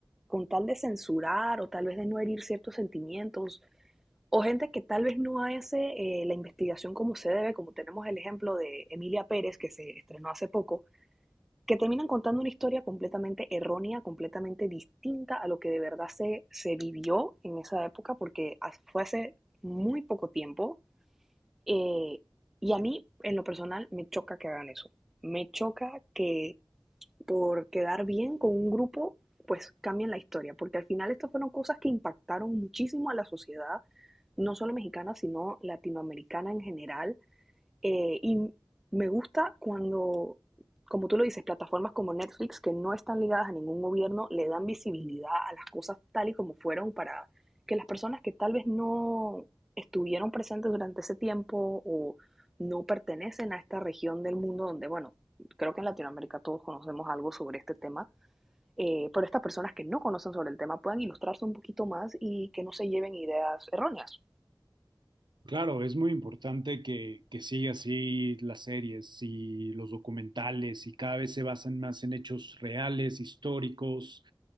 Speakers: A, in the centre; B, on the right.
A: con tal de censurar o tal vez de no herir ciertos sentimientos o gente que tal vez no hace eh, la investigación como se debe, como tenemos el ejemplo de Emilia Pérez que se estrenó hace poco, que terminan contando una historia completamente errónea, completamente distinta a lo que de verdad se, se vivió en esa época, porque fue hace muy poco tiempo. eh, y a mí, en lo personal, me choca que hagan eso. Me choca que por quedar bien con un grupo, pues cambien la historia, porque al final estas fueron cosas que impactaron muchísimo a la sociedad, no solo mexicana, sino latinoamericana en general eh, y me gusta cuando, como tú lo dices, plataformas como Netflix, que no están ligadas a ningún gobierno, le dan visibilidad a las cosas tal y como fueron para que las personas que tal vez no estuvieron presentes durante ese tiempo o no pertenecen a esta región del mundo donde, bueno, creo que en Latinoamérica todos conocemos algo sobre este tema, eh, pero estas personas que no conocen sobre el tema puedan ilustrarse un poquito más y que no se lleven ideas erróneas.
B: Claro, es muy importante que, que siga así las series y los documentales y cada vez se basan más en hechos reales, históricos